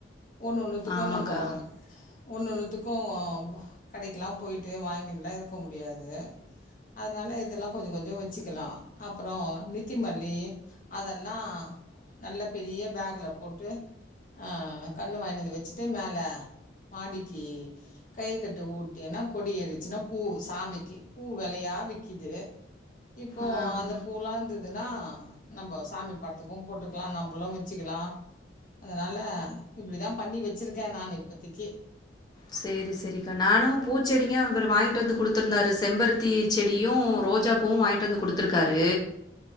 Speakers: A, on the left; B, on the left.
A: ஒண்ஒண்ணுத்துகு
B: ஆமாக்கா
A: நம்போ ஒண்ஒண்ணுத்துகு கடைகிலா போய்ட்டு வாங்கின்லா இருக்க முடியாது அதனால இதெல்லா கொஞ்ஜோ கொஞ்ஜோ வச்சிக்கலா அப்ரோ நித்திமல்லி அதெல்லா நல்ல பெரிய பேகுல போட்டு ஆ கன்னு வாய்னுவந்து வச்சிட்டு மேல மாடிகி கயிறு கட்டு உட்டேனா கொடி ஏறிச்சினா பூ சாமிக்கு பூ வெலையா விக்கிது இப்போ
B: ஆ
A: அந்த பூலாந்ததுனா நம்ப சாமி படத்துக்கு போட்டுக்கலா நம்பலு வெச்சிக்கலா அதனால இப்டிதா பண்ணி வெச்சிருக்கே நானு இப்பதைக்கி
B: சேரி சேரிக்கா நானு பூச்செடிங்க இவரு வாங்கிட்டு வந்து குடுத்திருந்தாரு செம்பருத்தி செடியு ரோஜா பூவு வாங்கிட்டு வந்து குடுத்திருக்காரு